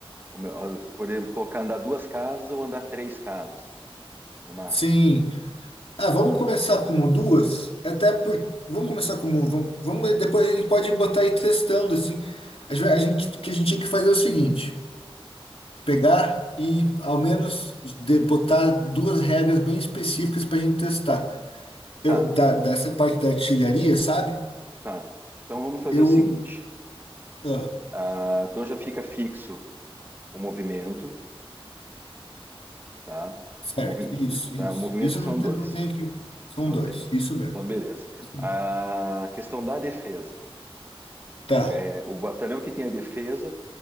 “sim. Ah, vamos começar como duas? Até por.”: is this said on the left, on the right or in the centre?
Left